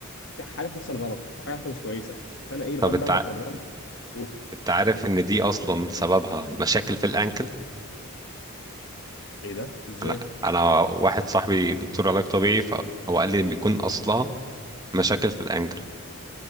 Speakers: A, on the left; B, on the right.
A: في حاجه هتحصل غلط او حاجه هتحصل مش كويسه فانا ايه لغايه
B: طب
A: بقى
B: انت
A: ما
B: ع-
A: اتمرنت قلت
B: انت عارف ان دي اصلا سببها مشاكل في الانكل
A: ايه ده ازاي
B: انا انا واحد صاحبي دكتور علاج طبيعي فهو قال لي ان بيكون اصلها مشاكل في الانكل